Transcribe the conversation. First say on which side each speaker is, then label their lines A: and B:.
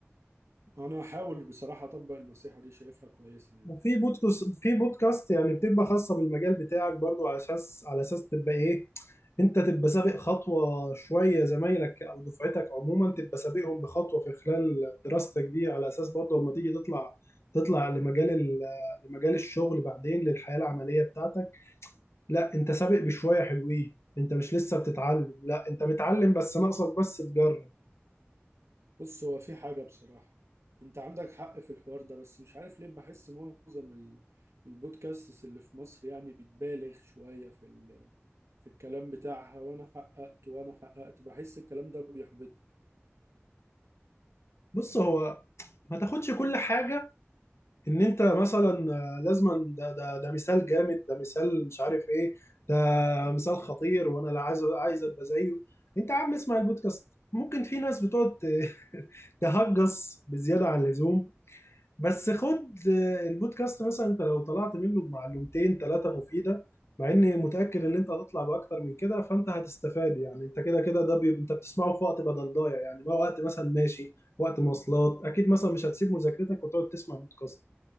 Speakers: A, on the right; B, on the left.
A: انا هحاول بصراحة اطبق النصيحة دي شايفها كويسة يعني
B: وفي بودكاست في بودكاست يعني بتبقى خاصة بالمجال بتاعك برضو على اساس على اساس تبقى ايه انت تبقى سابق خطوة شوية زمايلك او دفعتك عموما تبقى سابقهم بخطوة في خلال دراستك دي على اساس برضو لما تيجي تطلع تطلع لمجال ال- لمجال الشغل بعدين للحياة العملية بتاعتك لا انت سابق بشوية حلوين انت مش لسه بتتعلم لا انت متعلم بس ناقصك بس تجرب
A: بص هو في حاجة بصراحة انت عندك حق في الحوار ده بس مش عارف ليه بحس معظم ال- البودكاستس اللي في مصر يعني بتبالغ شوية في ال... في الكلام بتاعها وانا حققت وانا حققت بحس الكلام ده بيحبط
B: بص هو ما تاخدش كل حاجة ان انت مثلا آه، لازما ده ده ده مثال جامد ده مثال مش عارف ايه ده مثال خطير وانا لا عايز عايز ابقى زيه انت يا عم اسمع البودكاست ممكن في ناس بتقعد ت- <laughs> تهجص بزياده عن اللزوم بس خد آه، البودكاست مثلا انت لو طلعت منه بمعلومتين ثلاثه مفيده مع اني متاكد ان انت هتطلع باكتر من كده فانت هتستفاد يعني انت كده كده ده بي... انت بتسمعه في وقت بدل ضايع يعني ما وقت مثلا ماشي وقت مواصلات اكيد مثلا مش هتسيب مذاكرتك وتقعد تسمع بودكاست